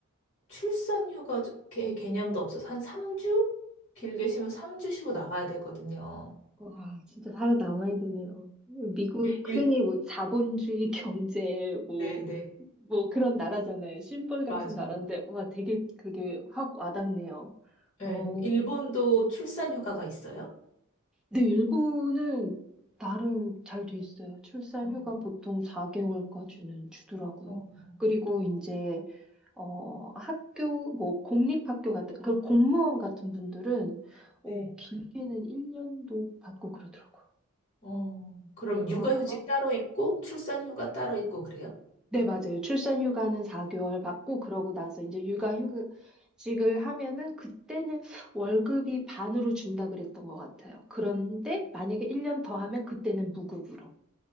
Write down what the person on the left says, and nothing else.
출산 휴가 개- 개념도 없어서 한 3주? 길게 쉬면 3주 쉬고 나가야 되거든요.
일,
네, 네.
맞아요.
네,
일본도 출산 휴가가 있어요?
어,
어, 어.
네.
어, 그럼
육아휴직 따로 있고 출산휴가 따로 있고 그래요?